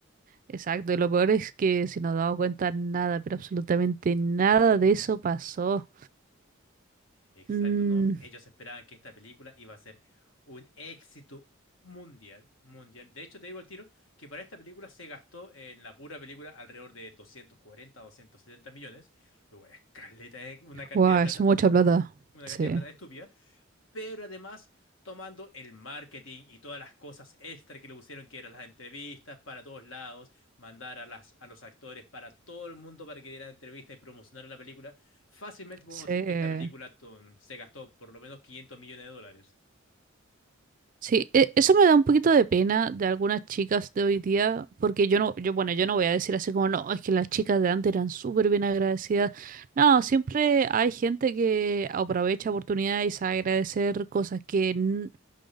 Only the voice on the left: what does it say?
Exacto,
¿no? Ellos esperaban que esta película iba a ser un éxito mundial, mundial. De hecho, te digo el tiro que para esta película se gastó en la pura película alrededor de 240, a 270 millones, lo cual es caleta, es una cantidad
de
plata,
una
cantidad de plata estúpida, pero además tomando el marketing y todas las cosas extra que le pusieron, que eran las entrevistas para todos lados, mandar a, las, a los actores para todo el mundo para que dieran entrevistas y promocionaran la película, fácilmente podemos
decir que esta película tom, se gastó por lo menos 500 millones de dólares.